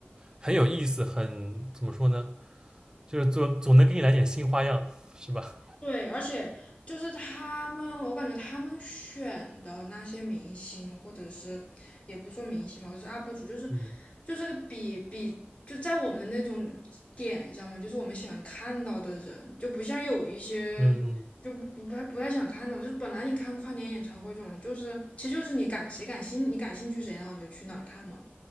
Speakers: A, on the right; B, on the left.
A: 很有意思，很怎么说呢，就是总总能给你来点新花样，是吧？
B: 对，而且就是他们，我感觉他们选的那些明星，或者是也不说明星嘛，就是 UP 主，就是
A: 嗯
B: 就是个比比就在我们的那种点上面，就是我们喜欢看到的人，就不像有一些
A: 嗯，嗯
B: 就不不太不太想看到，就是本来你看跨年演唱会这种，就是其实就是你感谁感兴你感兴趣谁，然后你就去哪儿看嘛。